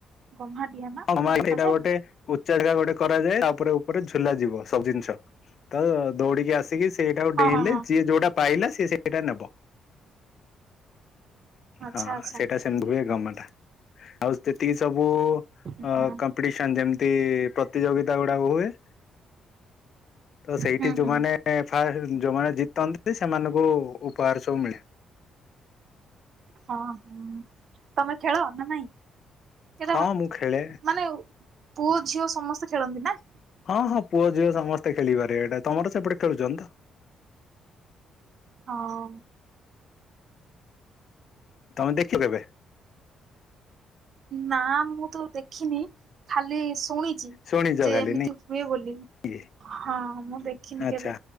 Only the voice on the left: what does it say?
<unintelligible>
ଗଟେ
ଉଚାଜା ଗଟେ କରାଯାଏ ଆ ଉପ୍ରେ ଉପ୍ରେ ଝୁଲାଯିବ। ସବ୍ ଜିନିଷ ତ ଦୌଡ଼ିକି ଆସିକି ସେଇଟାକୁ ଡେଇଁଲେ
ଯିଏ ଯୋଉଟା ପାଇଲା ସିଏ ସେଇ ସେଇଟା ନେବ
ହଁ
ସେଇଟା ସେମିତି ହୁଏ ଗମଟା ଆଉ ସେତିକି ସବୁ
ଅ କମ୍ପ୍ଡିସନ ଯେମିତି ପ୍ରତିଯୋଗିତା ଗୁଡାକ ହୁଏ ପ୍ର ତ ସେଇଠି
ଯୋଉମାନେ
ଫା ଯୋଉମାନେ ଜିତନ୍ତି ସେମାନଙ୍କୁ ଉପ୍ ହାର୍ ସବୁ ମିଳେ।
ହଁ ମୁଁ ଖେଳେ
ହଁ ହଁ ପୁଅ ଝିଅ ସମସ୍ତେ ଖେଳିପାରିବ ଏଇଟା ତମର ସେପଟେ ଖେଳୁଚନ୍ତି ତ।
ତମେ ଦେଖି ଦେବେ।
ଶୁଣିଛ
ଖାଲି
ନାଇଁ
କି
ଆଚ୍ଛା